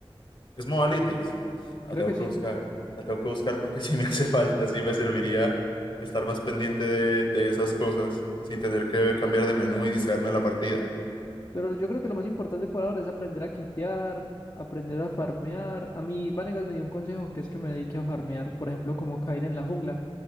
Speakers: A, on the left; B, on the left.
A: Es Modalytics. La
B: Creo
A: tengo
B: que
A: que
B: sí.
A: buscar. La tengo que buscar porque <laughs> sí me hace falta, sí me serviría estar más pendiente de, de esas cosas sin tener que cambiar de menú y distraerme de la partida.
B: Pero yo creo que lo más importante por ahora es aprender a quitear, aprender a farmear. A mí Vanegas me dio un consejo que es que me dedique a farmear, por ejemplo, como Caín en la jungla.